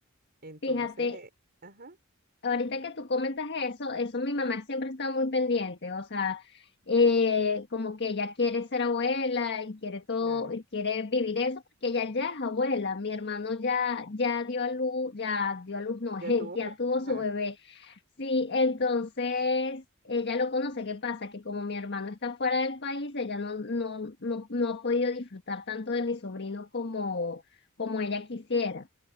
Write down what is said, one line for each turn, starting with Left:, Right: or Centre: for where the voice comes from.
Right: Entonces,
Left: fíjate,
Right: eh, ajá,
Left: Ahorita que tú comentas eso, eso mi mamá siempre está muy pendiente, o sea, eh, como que ella quiere ser abuela y quiere todo,
Right: claro,
Left: y quiere vivir eso, porque ella ya es abuela, mi hermano ya, ya dio a luz, ya dio a luz, no,
Right: ya
Left: <laughs>
Right: tuvo,
Left: ya tuvo
Right: ajá,
Left: su bebé. Sí, entonces ella lo conoce, ¿qué pasa? Que como mi hermano está fuera del país, ella no, no, no, no ha podido disfrutar tanto de mi sobrino como, como ella quisiera.